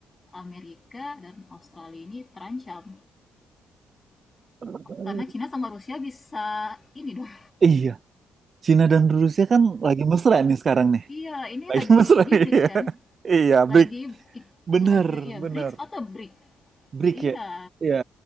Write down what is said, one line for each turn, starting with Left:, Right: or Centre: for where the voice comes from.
Left: Amerika dan Australia ini terancam
Right: Eh,
Left: karena Cina sama Rusia bisa ini dong
Right: Iya, Cina dan Rusia kan lagi mesra nih sekarang
Left: <laughs>
Right: nih.
Left: iya ini
Right: Lagi
Left: lagi
Right: <laughs> mesra,
Left: di
Right: iya.
Left: BRICS kan
Right: Iya,
Left: lagi
Right: BRIC. Bener,
Left: lagi ya BRICS
Right: bener.
Left: atau BRIC
Right: BRIC
Left: iya
Right: ya. Iya,